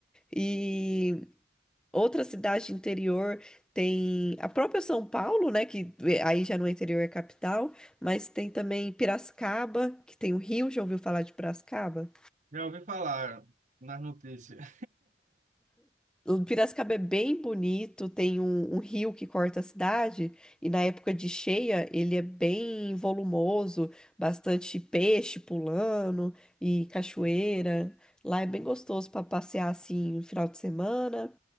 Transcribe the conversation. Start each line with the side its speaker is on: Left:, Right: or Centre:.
Centre: E outra cidade interior tem a própria São Paulo, né? Que eh, aí já não é interior, é capital, mas tem também Piracicaba, que tem o rio. Já ouviu falar de Piracicaba?
Right: Já ouvi falar nas notícias. <laughs>
Centre: Piracicaba é bem bonito, tem um, um rio que corta a cidade, e na época de cheia ele é bem volumoso, bastante peixe pulando e cachoeira. Lá é bem gostoso para passear assim no final de semana.